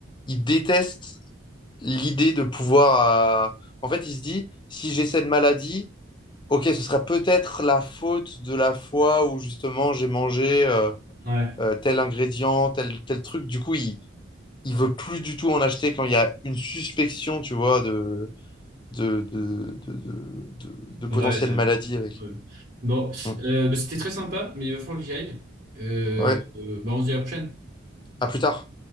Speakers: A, on the left (about 25°); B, on the right (about 45°).
A: Il déteste l'idée de pouvoir. euh, En fait, il se dit, si j'ai cette maladie, ok, ce sera peut-être la faute de la fois où justement j'ai mangé euh,
B: Ouais.
A: euh, tel ingrédient, tel, tel truc. Du coup, il, il veut plus du tout en acheter quand il y a une suspicion, tu vois, de, de, de, de, de, de- de potentielle
B: Ouais, de-
A: maladie avec.
B: ouais. Bon,
A: Mm.
B: euh, bah, c'était très sympa, mais il va falloir que j'y aille. Euh,
A: Ouais,
B: euh, bah, on se dit à la prochaine.
A: à plus tard.